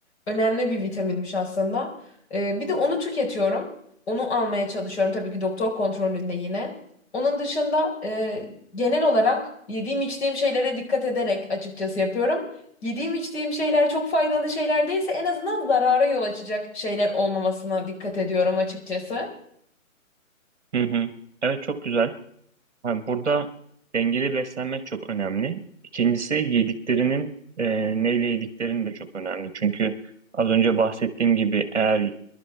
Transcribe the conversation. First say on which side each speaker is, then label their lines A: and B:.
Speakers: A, on the left (about 50°); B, on the right (about 55°).
A: önemli bir vitaminmiş aslında. E, bir de onu tüketiyorum. Onu almaya çalışıyorum tabii ki doktor kontrolünde yine. Onun dışında e, genel olarak yediğim içtiğim şeylere dikkat ederek açıkçası yapıyorum. Yediğim içtiğim şeyler çok faydalı şeyler değilse en azından zarara yol açacak şeyler olmamasına dikkat ediyorum açıkçası.
B: Hı hı. Evet çok güzel. Yani burada dengeli beslenmek çok önemli. İkincisi yediklerinin e, neyle yediklerin de çok önemli. Çünkü az önce bahsettiğim gibi eğer